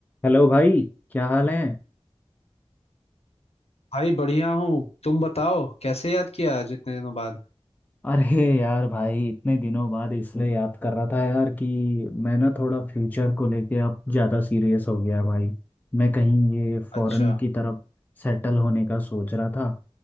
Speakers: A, on the left; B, on the left.
A: Hello भाई क्या हाल है
B: भाई बढ़िया हूँ तुम बताओ कैसे याद किया आज इतने दिनों बाद
A: अरे यार भाई इतने दिनों बाद इसलिए याद कर रहा था यार कि मैं ना थोड़ा फ्यूचर को लेके अब ज़्यादा सीरियस हो गया भाई मैं कहीं ये फॉरेन
B: अच्छा
A: की तरफ सेटल होने का सोच रहा था